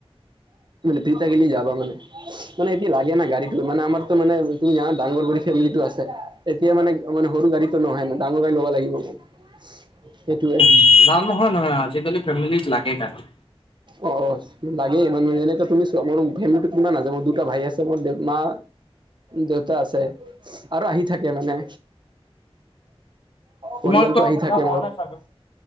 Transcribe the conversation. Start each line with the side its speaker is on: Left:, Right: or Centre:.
Right: ফ্ৰি থাকিলি যাবা মানে-মানে এতিয়া লাগে না
Left: হম।
Right: গাড়ীটো
Left: অ
Right: মানে আমাৰতো মানে তুমি জানা ডাঙৰ কৰি ফেমিলিটো আছে। এতিয়া মানে সৰু গাড়ীটো নহয় মানে ডাঙৰ গাড়ী ল'ব লাগিব মোক। <inaudible> <unintelligible> সেইটোৱে।
Left: উম! লাম নহয় আজিকালি ফেমিলিত লাগে কাৰ <unintelligible>
Right: অ <inaudible> লাগেই মানে এনেকে তুমি চোৱা মোৰ ফেমিলিটো কিমান আছে মোৰ দুটা ভাই আছে মোৰ দে <inaudible> মা দেউতা আছে আৰু আহি থাকে মানে।
Left: তোমাৰতো
Right: পৰিয়ালটো আহি
Left: বিয়া
Right: থাকে
Left: হোৱা
Right: মোৰ।
Left: নাই চাগে?